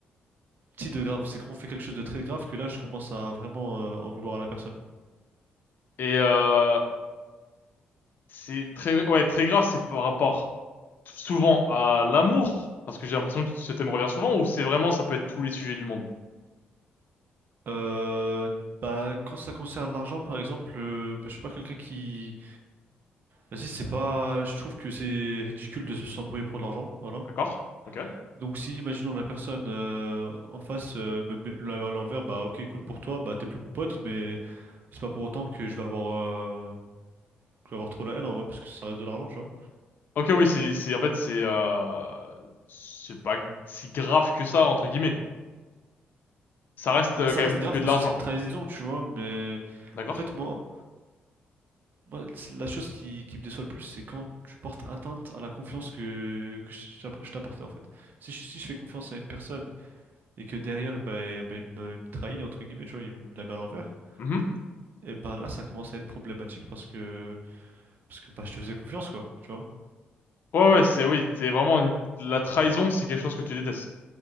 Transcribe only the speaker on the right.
petit de grave, c'est quand on fait quelque chose de très grave que là je commence à vraiment euh, en vouloir à la personne.
Euh, bah quand ça concerne l'argent par exemple, euh, bah, je suis pas quelqu'un qui Vas-y, c'est pas. Je trouve que c'est ridicule de s'embrouiller pour de l'argent, voilà.
Donc si, imaginons la personne euh, en face euh, me met la- à l'envers, bah ok, cool pour toi, bah t'es plus mon pote, mais c'est pas pour autant que je vais avoir, euh, que je vais avoir trop la haine en vrai, parce que ça reste de l'argent, tu vois.
Bah,
ça
reste
grave
parce
que c'est une trahison, tu vois, mais
en fait, moi, moi c'est la chose qui, qui me déçoit le plus, c'est quand tu portes atteinte à la confiance que, que je je t'app- je t'apportais en fait. Si je, si je fais confiance à une personne et que derrière, bah, eh ben, il me, il me trahit, entre guillemets, tu vois, il me la met à l'envers,
et bah là, ça commence à être problématique parce que, parce que bah, je te faisais confiance, quoi, tu vois.